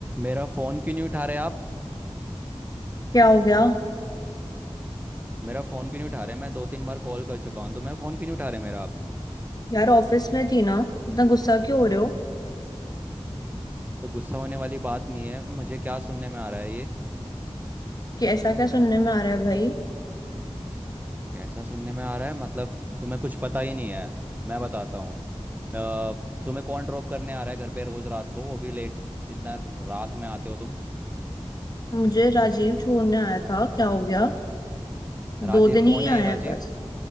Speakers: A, on the right; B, on the left.
A: मेरा फोन क्यों नहीं उठा रहे आप
B: क्या हो गया
A: मेरा फोन क्यों नहीं उठा रहे मैं दो तीन बार कॉल कर चुका हूँ तो मैं फोन क्यों नहीं उठा रहे मेरा आप
B: यार ऑफिस में थी ना इतना गुस्सा क्यों हो रहे हो
A: तो गुस्सा होने वाली बात नहीं है मुझे क्या सुनने में आ रहा है ये
B: कि ऐसा क्या सुनने में आ रहा है भाई
A: कैसा सुनने में आ रहा है मतलब तुम्हें कुछ पता ही नहीं है मैं बताता हूँ अ, तुम्हें कौन ड्रॉप करने आ रहा है घर पे रोज रात को वो भी लेट इतना रात में आते हो तुम
B: मुझे राजीव छोड़ने आया था क्या हो गया
A: राजीव
B: दो दिन ही
A: कौन
B: आया
A: है ये राजीव
B: है बस